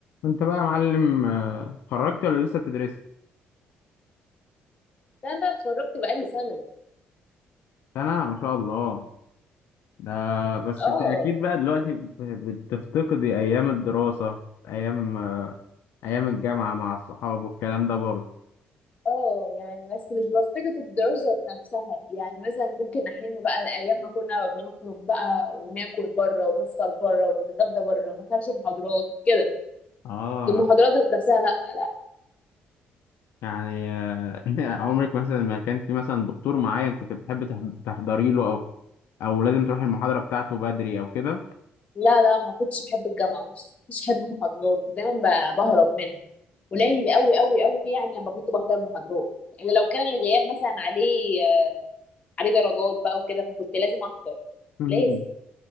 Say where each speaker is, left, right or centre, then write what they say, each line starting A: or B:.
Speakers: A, on the left (about 75°); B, on the left (about 35°).
A: انت بقى يا معلم آه، اتخرجت ولا لسه بتدرس
B: لا انا اتخرجت بقالي سنه
A: انا ما شاء الله ده بس
B: اه
A: انت اكيد بقى دلوقتي ب- بتفتقدي ايام الدراسة ايام آه، ايام الجامعة مع الصحاب والكلام ده برضه
B: اه يعني بس مش بفتقد الدراسه نفسها يعني مثلا ممكن احن بقى الايام ما كنا بنخرج بقى وناكل بره ونفطر بره ونتغدى بره ما كانش محاضرات كده
A: اه
B: المحاضرات ذات نفسها لا لا
A: يعني آه، <laughs> عمرك مثلا ما كان في مثلا دكتور معين كنت بتحب تح- تحضري له او او لازم تروح المحاضرة بتاعته بدري او كده
B: لا لا ما كنتش بحب الجامعه بس مش بحب المحاضرات ودايما ب- بهرب منها قليل قوي قوي قوي يعني لما كنت بحضر محاضرات الا لو كان الغياب مثلا عليه عليه درجات بقى وكده فكنت لازم احضر
A: مم.
B: لازم